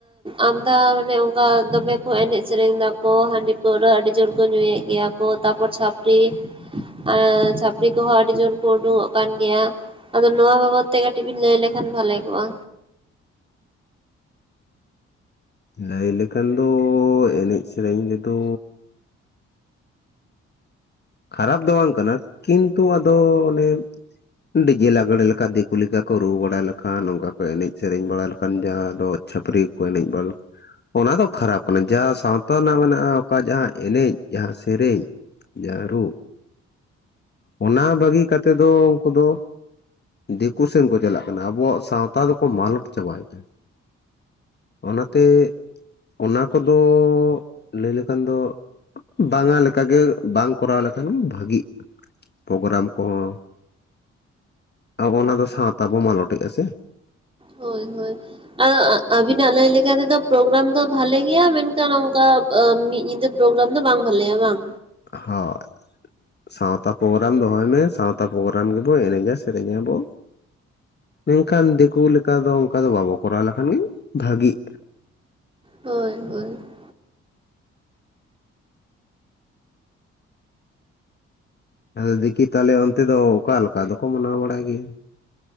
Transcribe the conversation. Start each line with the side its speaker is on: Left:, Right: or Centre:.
Right: ᱟᱢᱫᱟ ᱢᱟᱱᱮ ᱚᱱᱠᱟ ᱫᱚᱢᱮ ᱠᱚ ᱮᱱᱮᱡ ᱥᱮᱨᱮᱧ ᱫᱟᱠᱚ ᱦᱟᱺᱰᱤ, ᱯᱟᱹᱣᱨᱟᱹ ᱟᱹᱰᱤ ᱡᱚᱨ ᱠᱚ ᱧᱩᱭᱮᱫ ᱜᱮᱭᱟ ᱠᱚ ᱛᱟᱨᱯᱚᱨ ᱪᱷᱟᱹᱯᱨᱤ, ᱟᱻ ᱪᱷᱟᱹᱯᱨᱤ ᱠᱚᱦᱚᱸ ᱟᱹᱰᱤ ᱡᱳᱨ ᱠᱚ ᱩᱰᱩᱜᱚᱜ ᱠᱟᱱ ᱜᱮᱭᱟ᱾ ᱟᱫᱚ ᱱᱚᱣᱟ ᱵᱟᱵᱚᱛ ᱛᱮ ᱠᱟᱹᱴᱤᱡ ᱵᱤᱱ ᱞᱟᱹᱭ ᱞᱮᱠᱷᱟᱱ ᱵᱷᱟᱞᱮ ᱠᱚᱜᱼᱟ᱾
Left: ᱦᱮᱹᱭ ᱞᱮᱠᱷᱟᱱ ᱫᱚᱻ ᱮᱱᱮᱡ ᱥᱮᱨᱮᱧ ᱨᱮᱫᱚᱻ, ᱠᱷᱟᱨᱟᱵ ᱫᱚ ᱵᱟᱝ ᱠᱟᱱᱟ ᱠᱤᱱᱛᱩ ᱟᱫᱚ ᱚᱱᱮ, ᱰᱤᱡᱮ ᱞᱟᱜᱽᱲᱮ ᱞᱮᱠᱟ ᱫᱤᱠᱩ ᱞᱮᱠᱟ ᱠᱚ ᱨᱩ ᱵᱟᱲᱟ ᱞᱮᱠᱷᱟᱱ ᱱᱚᱝᱠᱟ ᱠᱚ ᱮᱱᱮᱡ ᱥᱮᱨᱮᱧ ᱵᱟᱲᱟ ᱞᱮᱠ ᱠᱟᱱ ᱡᱟᱦᱟᱸ ᱫᱚ ᱪᱷᱟᱹᱯᱨᱤ ᱠᱚᱠᱩ ᱮᱱᱮᱡ ᱵᱟᱹᱞ ᱚᱱᱟ ᱫᱚ ᱠᱷᱟᱨᱟᱯ ᱠᱟᱱᱟ ᱡᱟ ᱥᱟᱶᱛᱟ ᱨᱮᱱᱟᱜ ᱢᱮᱱᱟᱜᱼᱟ ᱚᱠᱟ ᱡᱟᱦᱟᱸ ᱮᱱᱮᱡ ᱡᱟᱦᱟᱸ ᱥᱮᱨᱮᱧ, ᱡᱟᱹᱨᱩᱵ, ᱚᱱᱟ ᱵᱟᱹᱜᱤ ᱠᱟᱛᱮ ᱫᱚ ᱩᱱᱠᱩ ᱫᱚ ᱫᱤᱠᱩ ᱥᱮᱱ ᱠᱚ ᱪᱟᱞᱟᱜ ᱠᱟᱱᱟ ᱟᱵᱚᱣᱟᱜ ᱥᱟᱶᱛᱟ ᱫᱚᱠᱚ ᱢᱟᱞᱚᱴ ᱪᱟᱵᱟᱭᱮᱫᱟ᱾ ᱚᱱᱟᱛᱮ ᱚᱱᱟ ᱠᱚᱫᱚᱻ ᱞᱟᱹᱭ ᱞᱮᱠᱷᱟᱱ ᱫᱚ, ᱵᱟᱝᱟ ᱞᱮᱠᱟᱜᱮ ᱵᱟᱝ ᱠᱚᱨᱟᱣ ᱞᱮᱠᱷᱟᱱ ᱵᱷᱟᱹᱜᱤᱜᱼᱟ᱾ ᱯᱚᱜᱨᱟᱢ ᱠᱚᱦᱚᱸ ᱟᱵᱚ ᱚᱱᱟ ᱫᱚ ᱥᱟᱶᱛᱟ ᱵᱚ ᱢᱟᱞᱚᱴᱮᱜᱼᱟ ᱥᱮ᱾
Right: ᱦᱳᱭ ᱦᱳᱭ᱾ ᱟ ᱟᱜ ᱟᱵᱤᱱᱟᱜ ᱞᱟᱹᱭ ᱞᱮᱠᱟ ᱛᱮᱫᱚ ᱯᱨᱳᱜᱨᱟᱢ ᱫᱚ ᱵᱷᱟᱞᱮ ᱜᱮᱭᱟ ᱢᱮᱱᱠᱷᱟᱱ ᱚᱱᱠᱟ ᱟ ᱢᱤᱫ ᱧᱤᱫᱟᱹ ᱯᱨᱳᱜᱨᱟᱢ ᱫᱚ ᱵᱟᱝ ᱵᱷᱟᱞᱮᱭᱟ ᱵᱟᱝ?
Left: <unintelligible> ᱥᱟᱶᱛᱟ ᱯᱳᱜᱨᱟᱢ ᱫᱚᱦᱚᱭ ᱢᱮ ᱥᱟᱶᱛᱟ ᱯᱳᱜᱨᱟᱢ ᱨᱮᱜᱮᱵᱚ ᱮᱱᱮᱡ-ᱟ ᱥᱮᱨᱮᱧᱟᱵᱚ᱾ ᱢᱮᱱᱠᱷᱟᱱ ᱫᱤᱠᱩ ᱞᱮᱠᱟ ᱫᱚ ᱚᱱᱠᱟ ᱫᱚ ᱵᱟᱵᱚ ᱠᱚᱨᱟᱣ ᱞᱮᱠᱷᱟᱱᱜᱤ ᱵᱷᱟᱹᱜᱤᱜ᱾
Right: ᱦᱳᱭ ᱦᱳᱭ ᱾
Left: ᱟᱫᱚ ᱫᱤᱫᱤ ᱛᱟᱦᱞᱮ ᱚᱱᱛᱮ ᱫᱚ ᱚᱠᱟ ᱞᱮᱠᱟ ᱫᱚᱠᱚ ᱢᱟᱱᱟᱣ ᱵᱟᱲᱟᱭ ᱜᱤ?